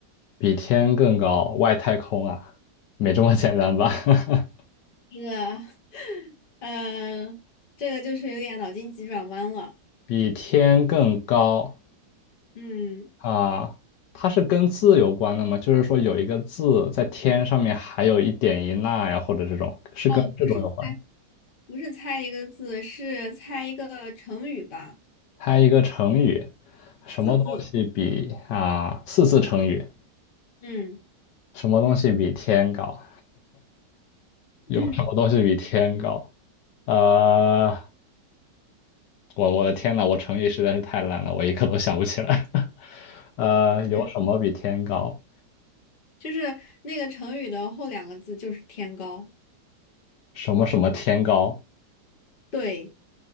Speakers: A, on the left; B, on the left.
A: 比天更高，外太空啊，没这么简单吧？<laughs>
B: 是啊呃，这个就是有点脑筋急转弯了。
A: 比天更高
B: 嗯，
A: 啊，它是跟字有关的吗？就是说有一个字在天上面，还有一点一捺呀，或者这种，是跟这种有关
B: 哦，不是猜，不是猜一个字，是猜一个成语吧？
A: 猜一个成语，什么东西比啊四字成语？
B: 四字。嗯
A: 什么东西比天高？有什么东西比天高？
B: 嗯
A: 呃，我我的天呐，我成语实在是太烂了，我一个都想不起来。<laughs> 呃，
B: <laughs> 嗯，
A: 有什么比天高？
B: 就是那个成语的后两个字就是天高。
A: 什么什么天高？
B: 对，